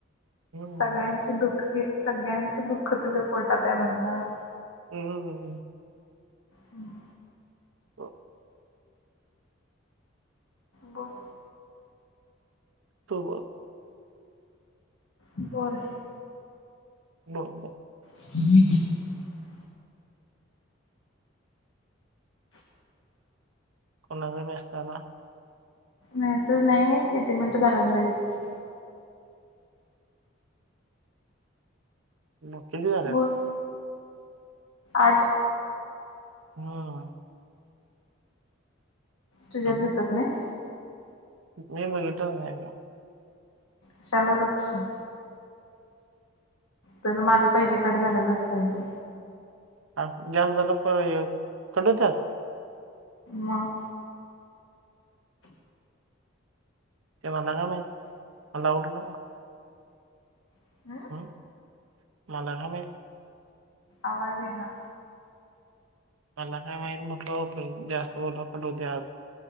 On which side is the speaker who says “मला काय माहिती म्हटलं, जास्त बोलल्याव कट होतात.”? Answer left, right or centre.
Right